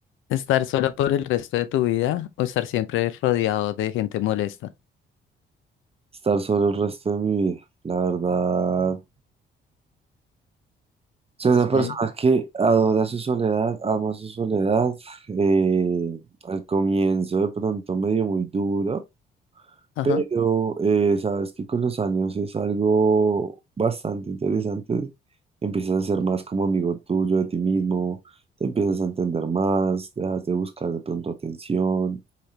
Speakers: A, on the left (about 80°); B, on the right (about 30°).
A: Estar solo por el resto de tu vida o estar siempre rodeado de gente molesta.
B: estar solo el resto de mi vida, la verdad. Soy
A: Sí,
B: una persona que adora su soledad, ama su soledad. eh, al comienzo de pronto medio muy duro,
A: ajá.
B: Pero eh, sabes que con los años es algo bastante interesante. Empiezas a ser más como amigo tuyo de ti mismo, te empiezas a entender más, dejas de buscar de pronto atención.